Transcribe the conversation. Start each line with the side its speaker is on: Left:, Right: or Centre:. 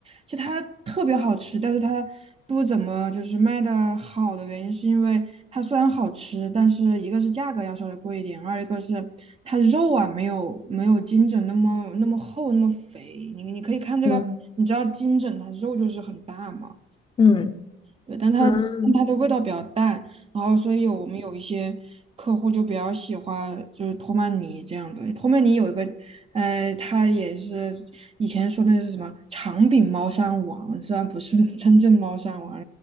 Right: 就它特别好吃，但是它不怎么就是卖的好的原因，是因为它虽然好吃，但是一个是价格要稍微贵一点，二一个是它肉啊没有没有金枕那么那么厚那么肥。你你可以看这个，
Left: 嗯
Right: 你知道金枕它肉就是很大嘛。
Left: 嗯，
Right: 对，但它但它的味道比较淡，
Left: 嗯，
Right: 然后所以有我们有一些客户就比较喜欢就是托曼尼这样的。托曼尼有一个，呃，它也是以前说那是什么长柄猫山王，虽然不是 <laughs> 真正猫山王，